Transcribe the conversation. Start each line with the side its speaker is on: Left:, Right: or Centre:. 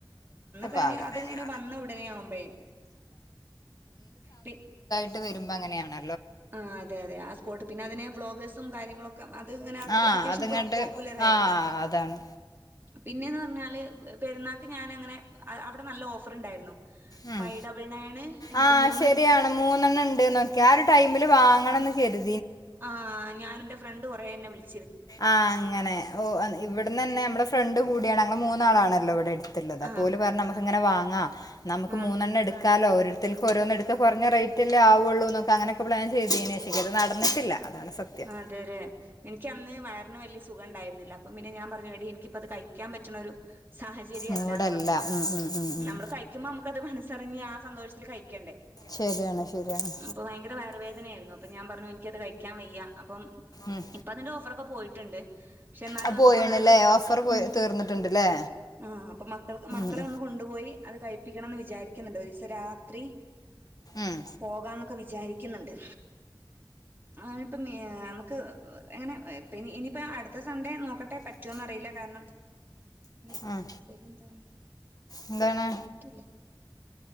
Right: അത്ങ്ങന
Left: പാകാ
Right: അത്ങ്ങനെ വന്ന ഉടനെ ആവുമ്പഴ പി
Left: ന്നെ വരുമ്പോ അങ്ങനെയണ്
Right: ആ അതെ അതെ ആ സ്പോർട്ട് പിന്നെ അതിനെ വ്ളോഗേഴ്സും കാര്യങ്ങളൊക്കെ അത് ഇങ്ങനെ അത്ര
Left: ആ
Right: അത്യാവശ്യം
Left: അതങ്ങട്ട്
Right: പ്രോ പോപ്പുലർ ആയിരുന്നു
Left: ആ അതാണ്
Right: പിന്നെയന്ന് പറഞ്ഞാല് പെരുന്നാൾക്ക് ഞാന് അങ്ങനെ അവിടെ നല്ല ഓഫർ ഉണ്ടായിരുന്നു
Left: ഉം
Right: ഫൈവ് ഡബിൾ നയന് എന്തോ
Left: ആ
Right: മൂന്ന്
Left: ശരിയാണ് മൂന്നെണ്ണണ്ട് നോക്കി ആ ടൈമി ല്‌ വാങ്ങണം എന്ന് കഴു
Right: ആഹ ഞാന എറെ ഫ്രണ്ട് കുറെ തന്നെ വിളു
Left: ആഹ് അങ്ങനെ ഓ ഇവിടന്ന്ന്നെ നമ്മടെ ഫ്രണ്ട് കൂടിയാണ് ഞെ മൂന്നാളാണല്ലോ ഇവിടെ എടുത്തിുള്ളത്
Right: ആ
Left: പോല പറഞ്ഞ നമുക്ക് ഇങ്ങനെ വാങ്ങാ നമുക്ക്
Right: ആ
Left: മൂന്നെണ്ണം എടുക്കാലോ ഒരിടത്തേക്ക് ഓരോന്ന എടുക്ക കുറഞ്ഞറേറ്റല്ലേ ആുകയുള്ളൂ എന്നക്ക അങ്ങനെ അ പ്ലൻ ചെയ്തേ ചത് നടന്നിട്ടില്ല അതാണ് സത്യം
Right: അതെേ എനിക്ക് ന്ന് വയറിന് വലിയ സുഖംണ്ടായിുന്നില്ല അപ്പൊ പിന്നെ ഞാൻ പറഞ്ഞടി എനിിക്കിപ്പ അത് കഴിക്കാൻ പറ്റുന്ന ഒരു സാഹചര്യംമല്ലാന്ന്
Left: മൂടല്ല
Right: പറഞ്ഞു
Left: ഉം ഉം ഉം ഉം
Right: നമ്മള് കഴിക്കുമ്പോ നമുക്കത് മനസ്സറങ്ങ ആ സന്തോഷത്തിൽ കഴിക്കണ്ടേ
Left: ശരിയാണ് ശരിയാണ്
Right: അപ്പൊ ഭയങ്കര വയറുവേദനയായിരുന്നു അപ്പൊ ഞാൻ പറഞ്ഞു എനിക്കത് കഴിക്കാൻ വയ്യ അപ്പം
Left: ഉം
Right: ഇപ്പ അതിന്റെ ഫൊക്കെ പോയിട്ടുണ്ട് പക്ഷെ എന്നാലും
Left: അത്
Right: അന്ന്
Left: പോയണല്ലേ
Right: മക്കൾക്ക്
Left: ഓഫർ പോയി
Right: ഉ
Left: തീർന്നിട്ടുണ്ട്ല്ലേ
Right: ആ അപ്പൊ മക്കൾക്ക് മക്കളെ
Left: ഉം
Right: ഒന്ന് കൊണ്ടുപോയി അത് കഴിപ്പിക്കണംമന്ന് വിചാരിക്കുന്നുണ്ട് ഒരു ദിവസം ത്രീ
Left: ഉം
Right: പോകാന്നൊക്കെ വിചാരിക്കുന്നുണ്ട് അ ഏ നമുക്ക് എങ്ങനെ പി ഇനിയിപ്പോ അടുത്ത സൺഡേ നോക്കട്ടെ പറ്റോന്ന അറിയില്ല കാരണം മെ
Left: ഉം
Right: മെസ്സേജ് എന്താ
Left: എന്താണ്
Right: മ് എത്തുല്ല